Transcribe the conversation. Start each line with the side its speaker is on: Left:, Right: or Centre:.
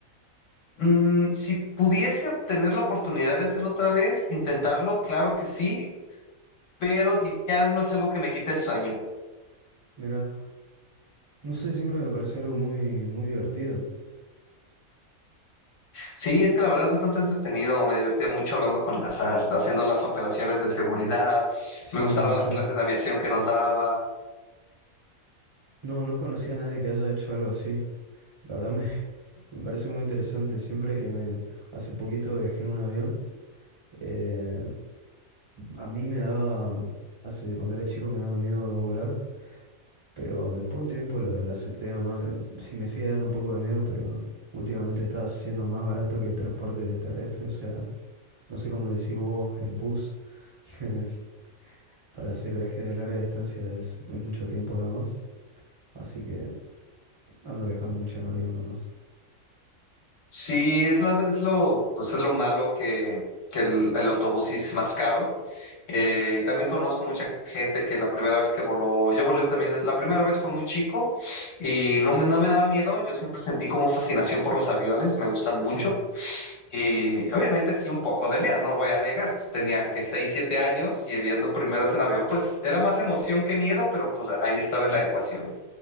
Left: mm, si pudiese obtener la oportunidad de hacerlo otra vez, intentarlo, claro que sí, pero ya no es algo que me quite el sueño.
Right: Mira, no sé, siempre me pareció algo muy, muy divertido.
Left: Sí, es que la verdad es bastante entretenido, me divertí mucho hablando con las, hasta haciendo las operaciones de seguridad,
Right: Sí,
Left: me gustaban
Right: me imagino.
Left: las clases de aviación que nos daba.
Right: No, no conocía a nadie que haya hecho algo así. La verdad me, <laughs> me parece muy interesante. Siempre que me... Hace poquito viajé en un avión. eh, a mí me daba... Hace, cuando era chico me daba miedo de volar. Pero después de un tiempo lo, lo acepté nomás. Sí me sigue dando un poco de miedo, pero últimamente está siendo más barato que el transporte terrestre. O sea, no sé cómo le decís vos en bus. <laughs> Para hacer viajes de larga distancia es, es mucho tiempo además. Así que ando viajando mucho en avión nomás.
Left: Sí, es, la- es lo, pues es lo malo que, que el, el autobús es más caro. Eh, también conozco mucha gente que la primera vez que voló, yo volé también, desde- la primera vez fue muy chico y no me, no me daba miedo, yo siempre sentí como fascinación por los aviones, me gustan mucho
Right: Sí,
Left: y obviamente sí un poco de miedo, no lo voy a negar, pues, tenía que 6 7 años y viendo primeras en avión, pues era más emoción que miedo, pero pues ahí estaba en la ecuación.